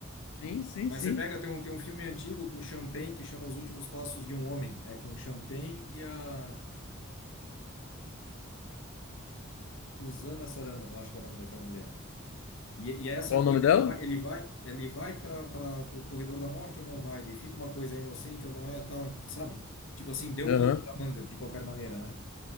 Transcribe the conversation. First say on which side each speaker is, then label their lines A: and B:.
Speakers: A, on the left (about 80°); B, on the left (about 65°).
A: Sim, sim,
B: Mas
A: sim.
B: você pega, tem um, tem um filme antigo com o Champagne que chama Os Últimos Passos de um Homem. É com o Champagne e a Suzana Sarandon, eu acho que é o nome daquela mulher. E, e é essa
A: Qual
B: coisa,
A: o nome dela?
B: ele vai, ele vai, ele vai para o corredor da morte ou não vai? Ele fica uma coisa inocente ou não é, tal, sabe? Tipo assim, deu
A: Aham.
B: pano pra manga, de qualquer maneira, né?